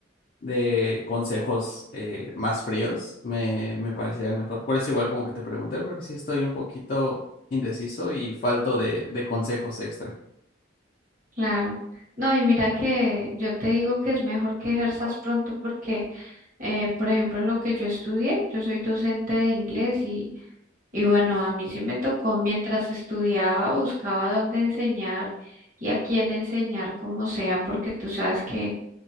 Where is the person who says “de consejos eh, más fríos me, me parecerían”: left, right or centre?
Left